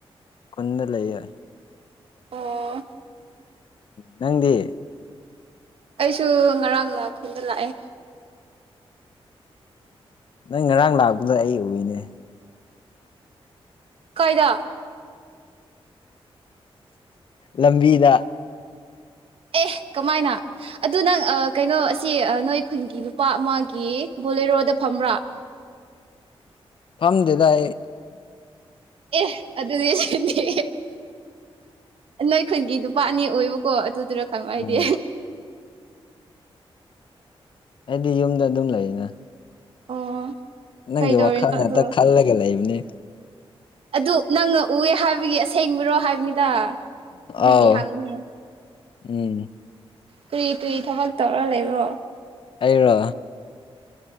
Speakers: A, on the left; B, on the right.
A: ꯈꯨꯟꯗꯥ ꯂꯩꯌꯦ꯫
B: ꯑꯣ
A: ꯅꯪꯗꯤ
B: ꯑꯩꯁꯨ ꯉꯔꯥꯡꯅ ꯈꯨꯟꯗ ꯂꯥꯛꯑꯦ
A: ꯅꯪ ꯉꯔꯥꯡ ꯂꯥꯛꯄꯗꯣ ꯑꯩ ꯎꯏꯅꯦ
B: ꯀꯥꯏꯗ
A: ꯂꯝꯕꯤꯗ
B: ꯑꯦ ꯀꯃꯥꯏꯅ? ꯑꯗꯨ ꯅꯪ ꯑꯥ ꯀꯩꯅꯣ ꯑꯁꯤ ꯅꯣꯏ ꯈꯨꯟꯒꯤ ꯅꯨꯄꯥ ꯑꯃꯒꯤ ꯕꯣꯂꯦꯔꯣꯗ ꯐꯝꯕ꯭ꯔꯥ
A: ꯐꯝꯗꯦꯗ ꯑꯩ
B: ꯑꯦ ꯑꯗꯨꯗꯤ ꯁꯤꯒꯤ ꯅꯣꯏ ꯈꯨꯟꯒꯤ ꯅꯨꯄꯥ ꯑꯅꯤ ꯑꯣꯏꯕꯀꯣ ꯑꯗꯨꯗꯨꯅ ꯈꯪꯉꯣ ꯍꯥꯏꯗꯤ
A: ꯑꯣ ꯑꯩꯗꯤ ꯌꯨꯝꯗ ꯑꯗꯨꯝ ꯂꯩꯔꯤꯅ
B: ꯑꯣ
A: ꯅꯪꯒꯤ
B: ꯀꯩꯗꯧꯔꯤꯅꯣ
A: ꯋꯥꯈꯜ ꯉꯠꯇ
B: ꯑꯗꯣ
A: ꯈꯜꯂꯒ ꯂꯩꯕꯅꯦ
B: ꯑꯗꯨ ꯅꯪꯅ ꯎꯑꯦ ꯍꯥꯏꯕꯒꯤ ꯑꯁꯦꯡꯕꯔꯣ ꯍꯥꯏꯕꯅꯤꯗ ꯗꯨꯒꯤ
A: ꯑꯥꯎ
B: ꯍꯪꯕꯅꯦ
A: ꯎꯝ
B: ꯀ꯭ꯔꯤ ꯀ꯭ꯔꯤ ꯊꯕꯛ ꯇꯧꯔ ꯂꯩꯕ꯭ꯔꯣ
A: ꯑꯩꯔꯣ